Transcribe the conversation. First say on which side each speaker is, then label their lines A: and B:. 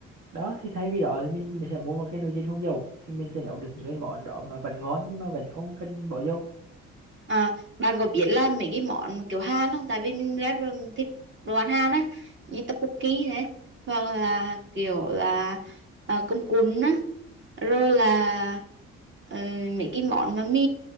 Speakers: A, on the right; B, on the right.
A: đó thì thay vì đó thì mình, mình sẽ mua một cái nồi chiên không dầu thì mình sẽ nấu được những cái món đó mà vẫn ngon nhưng mà vẫn không cần bỏ dầu
B: À, bạn có biết là mấy cái món kiểu Hàn không? Tại vì mình rất là thích đồ ăn Hàn á, như tteokbokki thế, hoặc là kiểu là uh, cơm cuốn á, rồi là ờ, mấy cái món mà mì